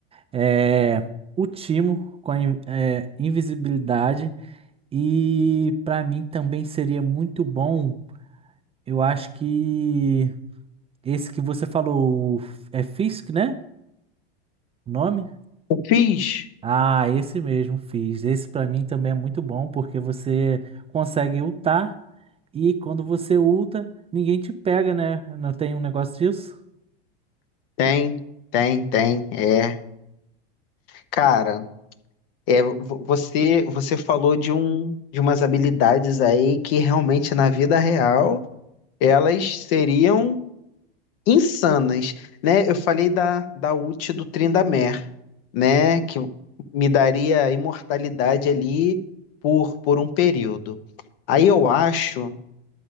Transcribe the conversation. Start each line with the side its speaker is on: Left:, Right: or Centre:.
Right: É, o Timo com a in- é, invisibilidade. E pra mim também seria muito bom. Eu acho que esse que você falou o F- é Fisk, né? O nome?
Left: O Fizz
Right: Ah, esse mesmo, Fisk. Esse pra mim também é muito bom porque você consegue ultar e quando você ulta, ninguém te pega, né? Não tem um negócio disso?
Left: tem, tem, tem, é. Cara, é, vo- você você falou de um de umas habilidades aí que realmente na vida real elas seriam insanas, né? Eu falei da da ult do Tryndamere, né, que me daria imortalidade ali por por um período. Aí eu acho